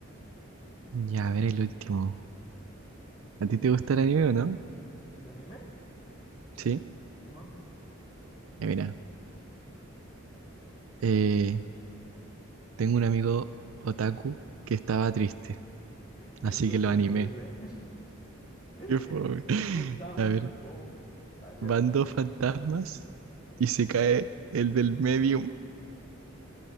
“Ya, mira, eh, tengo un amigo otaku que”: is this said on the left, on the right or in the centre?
Right